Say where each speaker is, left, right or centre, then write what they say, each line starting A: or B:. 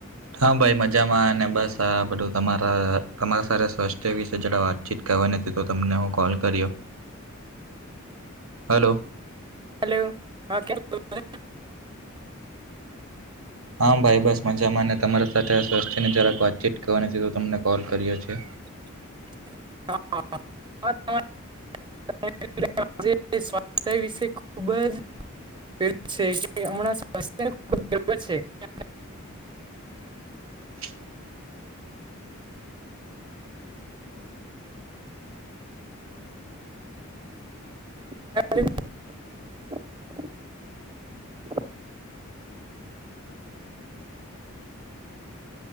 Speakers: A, on the right; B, on the right.
A: હા, ભાઈ મજામાં અને બસ આ બધું તમારા તમારા સ્વાસ્થ્ય વિશે. <unintelligible> છિટકાાવવા નથી તો તમને હું કોલ કર્યો. હલો
B: હલો હા કે હ <unintelligible>
A: હા ભાઈ બસ મજામાંને તમારા સાથે સ્વસ્થ્યની જરાક વાતચીત કરવાની છે તો તમને કોલ કરી્યો છે.
B: <unintelligible> <unintelligible> <unintelligible>
A: <inaudible>
B: <unintelligible>